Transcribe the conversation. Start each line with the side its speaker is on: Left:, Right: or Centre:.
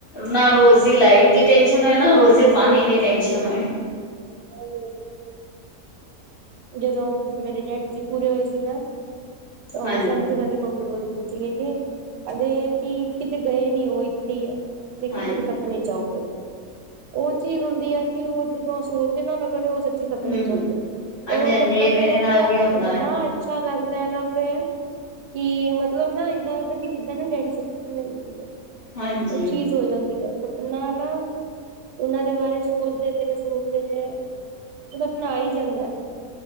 Left: ਨਾ ਰੋਜ਼ ਦੀ ਲਾਈਟ ਦੀ ਟੈਨਸ਼ਨ ਹੋਏ ਨਾ ਰੋਜ਼ ਦੀ ਪਾਨੀ ਦੀ ਟੈਨਸ਼ਨ ਹੋਏ।
Right: ਲਾਈ ਓਏ ਜਦੋਂ ਮੇਰੇ ਡੈਡੀ ਜੀ ਪੂਰੇ ਹੋਏ ਸੀ ਨਾ ਓਸ
Left: ਹਾਂਜੀ।
Right: ਟਾਈਮ ਤੇ ਸਾਡੀ ਮੰਮੀ ਬੜਾ ਰੋਈ। ਸੀਗੇ ਆਂਦੇ ਕੇ ਕਿਤੇ ਗਏ ਨੀ ਓ ਇੱਥੇ ਈ ਐ। ਦੇਖੀ
Left: ਹਾਂਜੀ,
Right: ਤੇਰੇ ਸਪਨੇ ਚ ਆਉਗੇ, ਓ ਚੀਜ਼ ਹੁੰਦੀ ਐ ਕੇ ਓ ਜ ਓ ਸੋਚਦੇ ਨਾ ਓ ਫੇਰ ਸੱਚੀ ਸਪਨੇ
Left: ਹੂੰ,
Right: ਚ ਔਂਦੇ,
Left: ਹਾਂਜੀ-ਹਾਂਜੀ
Right: ਪਰ ਓ ਸਪਨਾ
Left: ਇਹ ਮੇਰੇ
Right: ਜਦੋਂ
Left: ਨਾਲ
Right: ਔਂਦਾ
Left: ਵੀ
Right: ਨਾ
Left: ਹੁੰਦਾ
Right: ਏਨਾ
Left: ਹੈ,
Right: ਅੱਛਾ ਲੱਗਦੈ ਨਾ ਫੇਰ। ਕੀ ਮਤਲਬ ਨਾ ਏਦਾਂ ਲੱਗਦੈ ਕੇ ਜਿੱਦਾਂ ਨਾ ਡੈਡੀ ਸੱਚੀ ਮੈਨੂੰ ਮਿਲਕੇ ਗਏ।
Left: ਹਾਂਜੀ।
Right: ਓ ਚੀਜ਼ ਹੋ ਜਾਂਦੀ ਐ ਸਪਨਾ ਨਾ ਓਨਾਂ ਦੇ ਬਾਰੇ ਸੋਚਦੇ ਰਏ। ਸੋਚਦੇ ਰਏ, ਸਪਨਾ ਆ ਈ ਜਾਂਦੈ।